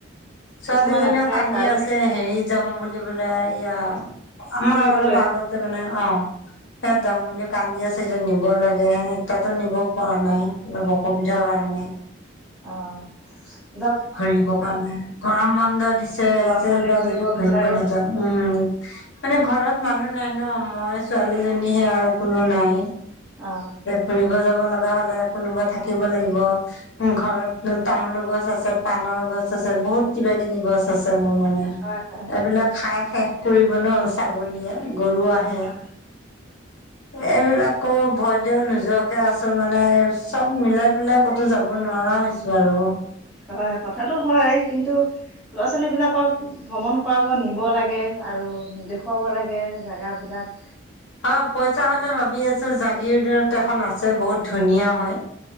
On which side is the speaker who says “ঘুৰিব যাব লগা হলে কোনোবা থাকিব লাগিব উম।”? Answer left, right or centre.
Left